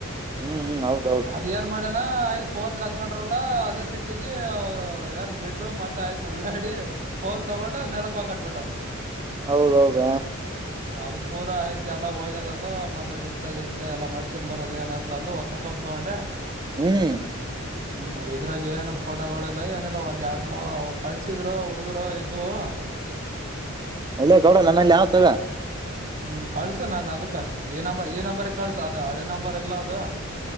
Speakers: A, on the right (about 20°); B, on the right (about 35°).
A: ಹ್ಮ್ ಹ್ಮ್ ಹೌದೌದ.
B: ಅದ್ ಏನ್ ಮಾಡೇನಾ ಆಯ್ ಫೋನ್ ಕಸ್ಕೊಂಡ್ರಲ್ಲ ಅದೇ ಸಿಟ್ಟಗ ಏನ್ ಬಿದ್ದು ಮತ್ತ ಆಯ್ತು ಉಳ್ಳಾಡಿ ಫೋನ್ ತೊಗೊಂಡ ನೆಲಕ್ಕ ಒಗಟ್ ಬಿಟ್ಟ್ನ.
A: ಹೌದೌದ
B: <inaudible> ಅದು ಪೂರಾ ಐಥ ಎಲ್ಲ ಹೋಗ್ಯದ ಅದು ಮತ್ತ ಡಿಸ್ಪ್ಲೇಡಿಸ್ಲೇ ಎಲ್ಲ ಮಾಡಕೊಂಬ ಬರದ ಏನ ಅಂದು ಹೊಸಾ ಫೋನ್ ತಗೊಂಡೆ.
A: ಹ್ಮ್.
B: ಹ್ಮ್ ಇದ್ರಾಗ ಏನು ಫೋಟೋಗಳಿಲ್ಲ ಏನಿಲ್ಲ ಒಂದ್ ಎರಡ್ ಮೂರ್ ಕಳಸಿದ್ರು ಹುಡುಗರು ಇದವು.
A: ಅಲ್ಲೇ ಗೌಡ ನನ್ನಲ್ಲಿ ಯಾವ ತಗ
B: ಹ್ಮ್ ಕಳ್ಸು ನಾನ್ ಅದಕ ಈ ನಂಬರ್ ಈ ನಂಬರ್ ಕಳ್ಸು ಅದ ಹಳೆ ನಂಬರ್ ಇಲ್ಲ ಅದು.